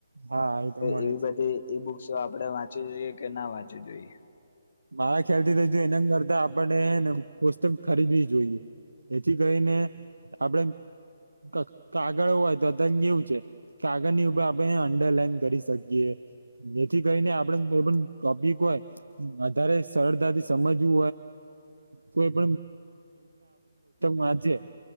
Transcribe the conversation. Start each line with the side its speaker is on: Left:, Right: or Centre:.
Right: હા એ તો મળે
Left: એવી
Right: છે
Left: બધી <unintelligible> આપણે વાંચવી જોઈએ કે ના વાંચવું જોઈએ.
Right: મારા ખ્યાલથી <unintelligible> એના કરતા આપડે હેને પુસ્તક ખરીદવી જોઈએ. એથી કઈને આપડે કગ કાગળ હોય તો <unintelligible> એવું છે, કાગળ ની ઉપર આપણે અંડરલાઈન કરી શકીએ. જેથી કરીને આપડે કોઈ પણ ટોપિક હોય. વધારે સરળતા થી સમજવું હોય <inaudible> વાંચે